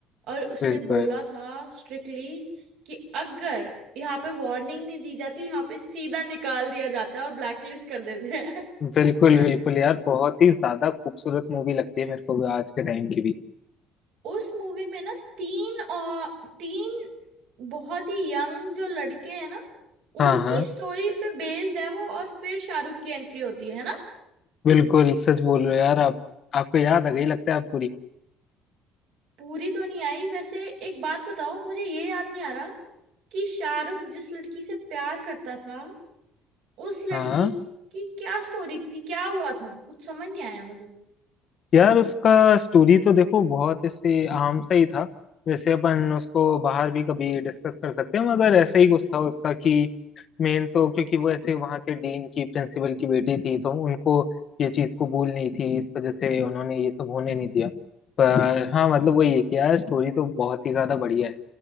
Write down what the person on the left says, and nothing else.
बिल्कुल
बिल्कुल
बिल्कुल यार बहुत ही ज्यादा खूबसूरत मूवी लगती है मेरे को भी आज के टाइम की भी
हाँ
हाँ
बिल्कुल सच बोल रहे हो यार आप आपको याद आ गई लगता है आप पूरी
हाँ हाँ।
यार उसका स्टोरी तो देखो बहुत ऐसे आम सा ही था वैसे अपन उसको बाहर भी कभी डिस्कस कर सकते हैं मगर ऐसा ही कुछ था उसका कि मेन तो क्योंकि वो ऐसे वहाँ के डीन की प्रिंसिपल की बेटी थी तो उनको ये चीज़ कबूल नहीं थी इस वजह से उन्होंने ये सब होने नहीं दिया पर हाँ मतलब वही है कि यार स्टोरी तो बहुत ही ज्यादा बढ़िया है